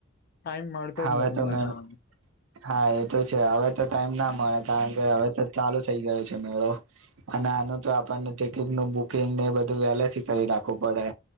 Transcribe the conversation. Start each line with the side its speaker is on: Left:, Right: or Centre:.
Left: ટાઈમ મળતો
Right: હવે
Left: જ નથી
Right: તો
Left: બનાવવાનો.
Right: મે હા એ તો છે હવે તો ટાઈમના મળે કારણ કે હવે તો ચાલુ થઈ જાય છે મેળો અને આનું તો આપણને ટિકિટ નું બુકિંગ. બધું વેલેથી કરી નાખવું પડે